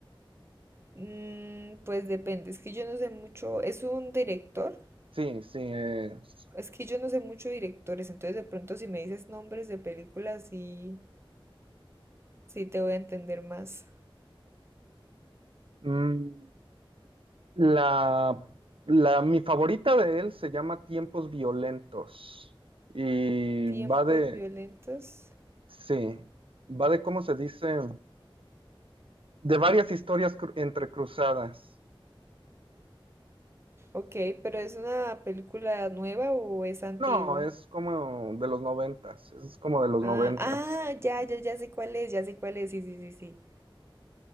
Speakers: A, on the right; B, on the right.
A: Mm, pues depende, es que yo no sé mucho, es un director,
B: Sí, sí. es-
A: es que yo no sé mucho de directores, entonces de pronto si me dices nombres de películas sí, sí te voy a entender más.
B: mm, la, la, mi favorita de él se llama Tiempos Violentos. Y
A: Tiempos
B: va de,
A: violentos.
B: sí, va de, ¿cómo se dice? De varias historias cru- entrecruzadas.
A: Ok, pero ¿es una película nueva o es antigua?
B: No, es como de los noventas. Es como de los
A: Ah,
B: noventas.
A: ah, ya, ya, ya sé cuál es, ya sé cuál es, sí, sí, sí, sí.